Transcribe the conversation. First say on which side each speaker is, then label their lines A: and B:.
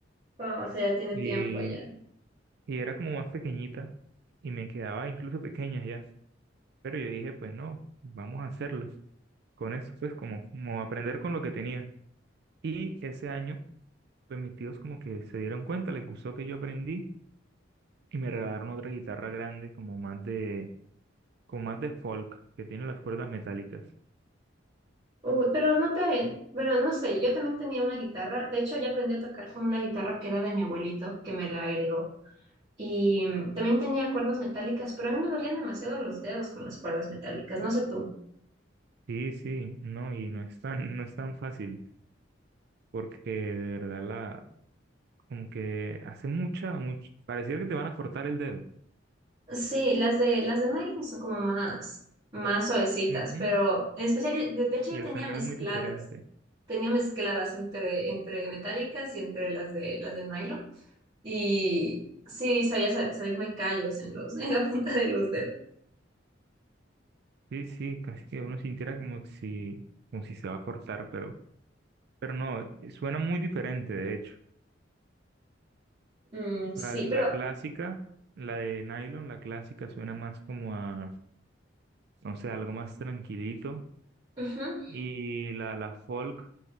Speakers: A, on the right; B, on the right.
A: Wow, o sea, ya tiene
B: Y,
A: tiempo ya.
B: y era como más pequeñita y me quedaba incluso pequeña ya, pero yo dije, pues no, vamos a hacerlo. Con eso, pues como, como aprender con lo que tenía. Y ese año, pues mis tíos como que se dieron cuenta, les gustó que yo aprendí y me regalaron otra guitarra grande, como más de con más de folk, que tiene las cuerdas metálicas.
A: Uh, pero no te, bueno, no sé, yo también tenía una guitarra. De hecho, ya aprendí a tocar con una guitarra que era de mi abuelito, que me la heredó. Y mm, también tenía cuerdas metálicas, pero a mí me dolían demasiado los dedos con las cuerdas metálicas. No sé tú.
B: Sí, sí, no, y no es tan, <laughs> no es tan fácil, porque de verdad la, como que hace mucha, mucho, pareciera que te van a cortar el dedo.
A: Sí, las de las de nylon son como más, más suavecitas,
B: Ujú,
A: pero en especial, de, de hecho
B: Y
A: yo
B: el
A: tenía
B: sonido
A: mezcladas,
B: es muy diferente.
A: tenía mezcladas entre, entre metálicas y entre las de las de nylon. Y sí, sabía sa- salirme callos en los, <laughs> en la punta de los dedos.
B: Sí, sí, casi que uno sintiera como que si, como si se va a cortar, pero, pero no, eh, suena muy diferente, de hecho.
A: Mm, sí,
B: La,
A: pero
B: la clásica, la de nylon, la clásica suena más como a, no sé, algo más tranquilito.
A: ujú.
B: Y la, la folk